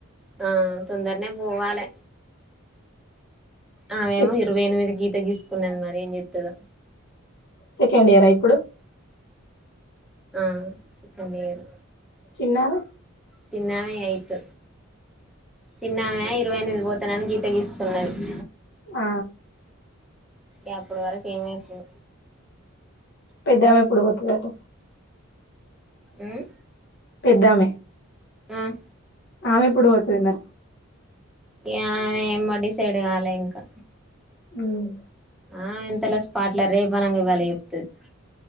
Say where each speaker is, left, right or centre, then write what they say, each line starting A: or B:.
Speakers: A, in the centre; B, on the left (about 50°).
A: ఆ తొందర్నే పోవాలే. ఆమే
B: సె
A: ఏమో ఇరవై ఎనిమిదికి గీత గీసుకున్నది, మరి ఏం చెత్తదో.
B: సెకండ్ ఇయరా ఇప్పుడు.
A: ఆ సెకండ్ ఇయరు.
B: చిన్నామే
A: చిన్నామే ఎయిత్ చిన్నమే ఇరవై ఎనిమిదికి పోతానని గీత గీసుకున్నది.
B: ఆ
A: యా అప్పుడు వరకు ఏమైతదో.
B: పెద్దామే ఎప్పుడూ పోతాదట.
A: ఉమ్
B: పెద్దమే
A: ఉహ్
B: ఆమ్ ఎప్పుడు పోతుంది నా
A: ఏమో ఆయన డిసైడ్ కాలే ఇంకా
B: ఉహ్మ్
A: ఆ ఇంతలా స్పాట్లా రేపనంగా ఇవళ చెప్తది